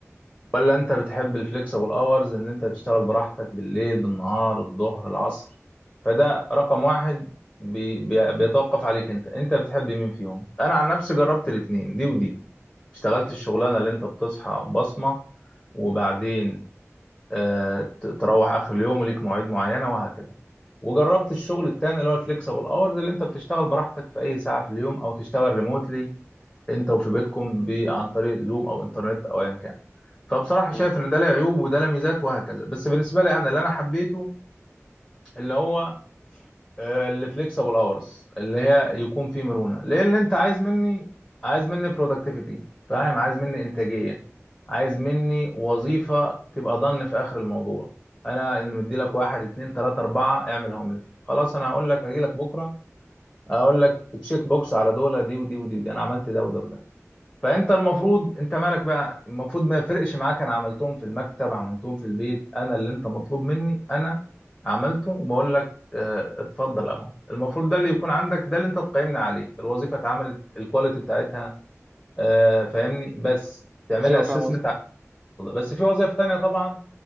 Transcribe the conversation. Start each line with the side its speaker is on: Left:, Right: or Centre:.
Left: ولا انت بتحب الفليكسبل اورز ان انت تشتغل براحتك بالليل بالنهار الظهر العصر فده رقم واحد بي بي بيتوقف عليك انت انت بتحب مين فيهم انا عن نفسي جربت الاتنين دي ودي اشتغلت الشغلانه اللي انت بتصحى بصمه وبعدين آه، ت- تروح اخر اليوم وليك مواعيد معينه وهكذا وجربت الشغل التاني اللي هو الفليكسبل اورز اللي انت بتشتغل براحتك في اي ساعه في اليوم او تشتغل ريموتلي انت وفي بيتكم ب- عن طريق زوم او انترنت او ايا كان فبصراحه
Right: يعني.
Left: شايف ان ده له عيوب وده له ميزات وهكذا بس بالنسبه لي انا اللي
Right: ايوه
Left: انا حبيته اللي هو اللي فليكسبل اورز اللي هي يكون فيه مرونه لان انت عايز مني عايز مني برودكتيفيتي فاهم عايز مني انتاجيه عايز مني وظيفه تبقى ضن في اخر الموضوع انا ان مدي لك واحد اتنين تلاته اربعه اعملهم لي خلاص انا هقول لك هجي لك بكره اقول لك تشيك بوكس على دول دي ودي ودي, ودي. انا عملت ده وده وده فانت المفروض انت مالك بقى المفروض ما يفرقش معاك انا عملتهم في المكتب عملتهم في البيت انا اللي انت مطلوب مني انا عملته وبقول لك آه، اتفضل اهو المفروض ده اللي يكون عندك ده اللي انت تقيمنا عليه الوظيفه اتعملت الكواليتي بتاعتها آه، فاهمني بس تعمل
Right: فاهم
Left: لي ايوه اسسمنت
Right: قصدي
Left: بس في وظائف تانية طبعا